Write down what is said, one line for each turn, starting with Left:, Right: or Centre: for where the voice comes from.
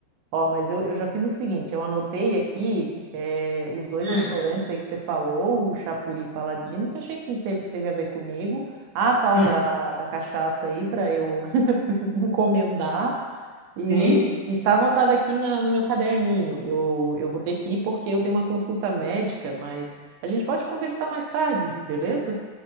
Right: Ó, mas eu, eu já fiz o seguinte, eu anotei aqui eh, os dois
Left: Hum,
Right: restaurantes aí que você falou, o Chapuri e Paladino, que eu achei que teve, teve a ver comigo. A tal
Left: hum.
Right: da, da cachaça aí para eu <laughs> encomendar. E
Left: Sim.
Right: e está anotado aqui na- no meu caderninho. Eu, eu vou ter que ir porque eu tenho uma consulta médica, mas a gente pode conversar mais tarde, beleza?